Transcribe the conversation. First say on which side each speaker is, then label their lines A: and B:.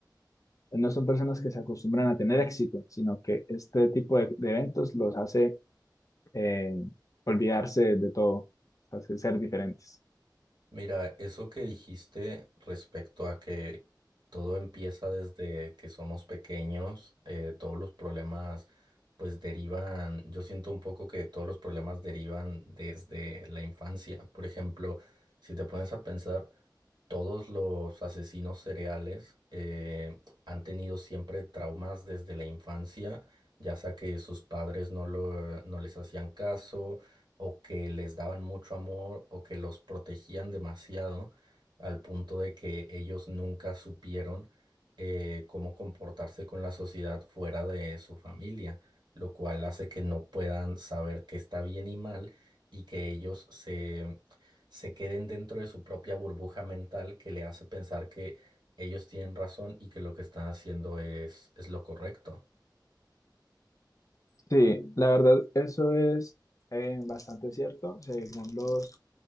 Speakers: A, on the left (about 45°); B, on the right (about 70°).
A: no son personas que se acostumbran a tener éxito, sino que este tipo de, de eventos los hace eh, olvidarse de todo, hace ser diferentes.
B: Mira, eso que dijiste respecto a que todo empieza desde que somos pequeños, eh, todos los problemas pues derivan, yo siento un poco que todos los problemas derivan desde la infancia. Por ejemplo, si te pones a pensar, todos los asesinos cereales eh, han tenido siempre traumas desde la infancia, ya sea que sus padres no lo, no les hacían caso o que les daban mucho amor o que los protegían demasiado al punto de que ellos nunca supieron eh, cómo comportarse con la sociedad fuera de su familia, lo cual hace que no puedan saber qué está bien y mal y que ellos se, se queden dentro de su propia burbuja mental que le hace pensar que ellos tienen razón y que lo que están haciendo es, es lo correcto.
A: Sí, la verdad, eso es eh, bastante cierto. Según los